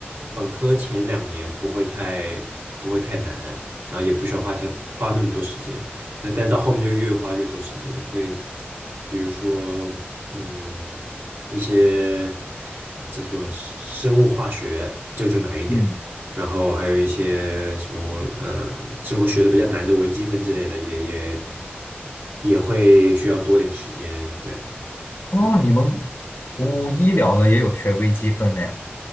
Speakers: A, on the right; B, on the left.
A: 本科前两年不会太不会太难，然后也不需要花太花那么多时间，但但到后面就越花越多时间，会比如说嗯一些叫做生物化学，这个就难一点。
B: 嗯，
A: 然后还有一些什么我呃之后学的比较难的微积分之类的，也也也会需要多点时间。对，
B: 哦，
A: 还有
B: 你们读医疗的也有学微积分的呀？
A: 嗯，